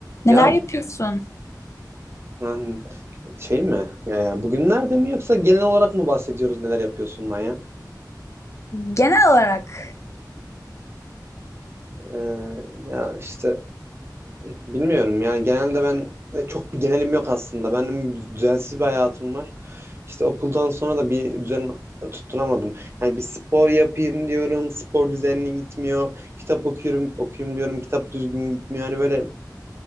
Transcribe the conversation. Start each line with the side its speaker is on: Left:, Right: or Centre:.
Left: Neler
Right: Ya
Left: yapıyorsun?
Right: ben şey mi? Ya Yani bugünlerde mi yoksa genel olarak mı bahsediyoruz neler yapıyorsun lan ya?
Left: Genel olarak
Right: Ee, ya işte bilmiyorum yani genelde ben e, çok bir genelim yok aslında. Benim düzensiz bir hayatım var. İşte okuldan sonra da bir düzen tutturamadım. Yani bir spor yapayım diyorum, spor düzenli gitmiyor. Kitap okuyorum, okuyayım diyorum, kitap düzgün gitmiyor. Hani böyle